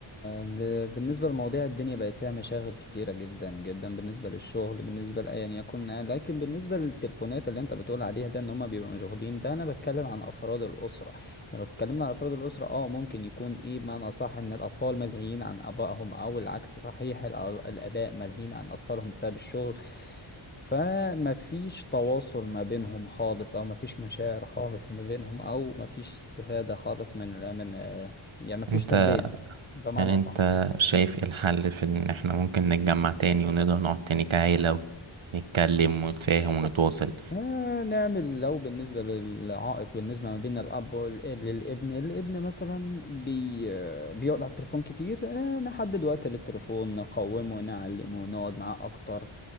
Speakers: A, on the left (about 20°); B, on the right (about 70°).
A: ل... بالنسبة لمواضيع الدنيا بقت فيها مشاغل كتيرة جدا جدا بالنسبة للشغل بالنسبة لأيا يكن لكن بالنسبة للتليفونات اللي انت بتقول عليها ده ان هما بيبقوا مشغولين ده انا بتكلم عن افراد الأسرة احنا لو اتكلمنا عن افراد الأسرة اه ممكن يكون ايه بمعنى صح ان الاطفال ملهيين عن ابائهم او العكس صحيح الأ- الاباء ملهيين عن اطفالهم بسبب الشغل فما فيش تواصل ما بينهم خالص او ما فيش مشاعر خالص ما بينهم او ما فيش استفادة خالص من من يعني مفيش تربية
B: ده
A: بمعنى
B: يعني انت
A: أصح
B: شايف ايه الحل في ان احنا ممكن نتجمع تاني ونقدر نقعد تاني كعيلة ونتكلم ونتفاهم ونتواصل
A: آه نعمل لو بالنسبة للعائق بالنسبة ما بين الأب والإ- للابن الابن مثلا بي آه، بيقعد على التليفون كتير آه نحدد وقت للتليفون نقومه نعلمه نقعد معاه أكتر